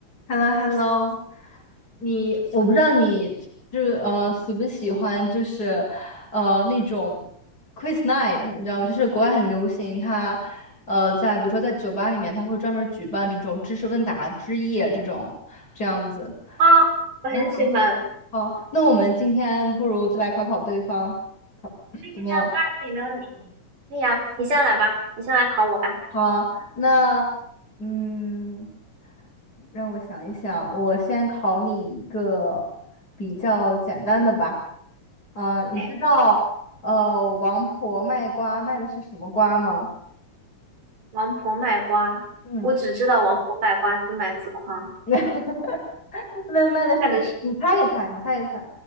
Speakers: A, on the left (about 25°); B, on the right (about 80°).
A: h e l l o h e l l o 你我不知道你就是呃喜不喜欢就是呃那种 quiz night，你知道吗？就是国外很流行，它呃在比如说在酒吧里面，它会专门举办这种知识问答之夜这种这样子。
B: 啊，我很喜欢。
A: 然后，哦那我们今天不如就来考考对方，考 <clears throat>
B: 可以呀，
A: 怎么样？
B: 当然可以，没问题。可以呀，你先来吧，你先来考我吧。
A: 好，那嗯，让我想一想，我先考你一个比较简单的吧。啊，你知道呃王婆卖瓜卖的是什么瓜吗？
B: OK，王婆卖瓜，
A: 嗯，
B: 我只知道王婆卖瓜，自卖自夸。
A: <laughs> 那卖的是什么？
B: 干的是
A: 你猜一猜，你猜一猜。